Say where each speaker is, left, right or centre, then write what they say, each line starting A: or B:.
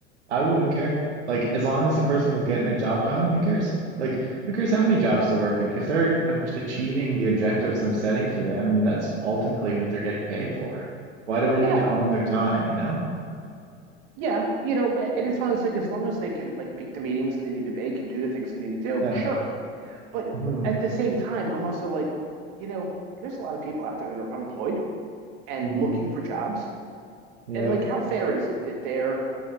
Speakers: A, on the right; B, on the right.
A: I wouldn't care. Like, as long as the person was getting their job done, who cares? Like, who cares how many jobs they're working? If they're ab- achieving the objectives I'm setting for them, that's ultimately what they're getting paid for. Why do I
B: Yeah.
A: need to own their time, you know?
B: yeah, you know, and it's one of those like as long as they can like make the meetings that they need to make and do the things they need to do,
A: Yeah.
B: sure. But
A: hmm
B: at the same time, I'm also like, you know, there's a lot of people out there that are unemployed and
A: hmm
B: looking for jobs.
A: Yep.
B: And like, how fair is it that they're,